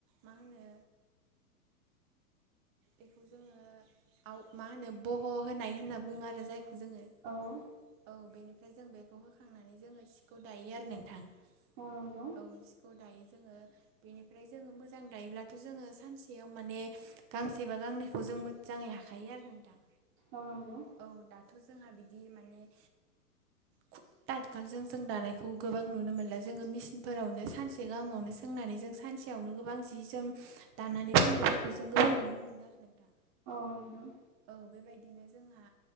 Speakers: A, on the right; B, on the right.
A: मा होनो बेखौ जोङो आव मा होनो बह' होनाय होनना बुङो आरो जायखौ जोङो।
B: औ।
A: औ बेनिफ्राय जों बेखौ होखांनानै जोङो सिखौ दायो आरो नोंथां।
B: अ नंगौ।
A: औ सिखौ दायो जोङो बेनिफ्राय जोङो मोजां दायोब्लाथ' जोङो सानसेयाव माने गांसेबा गांनैखौ जों मोजाङै हाखायो आरो नोंथां।
B: औ नंगौ।
A: औ दाथ' जोंहा बिदि माने <unintelligible> जों दानायखौ गोबां नुनो मोनला जोङो मेसिनफोरावनो सानसे गाहामावनो सोंनानै जों सानसे <unintelligible> गोबां जि जोम दानानै फाननायफोरखौ जों गोबां नुनो मोनो आरो नोंथां।
B: औ नोंथां।
A: औ बेबायदिनो जोंहा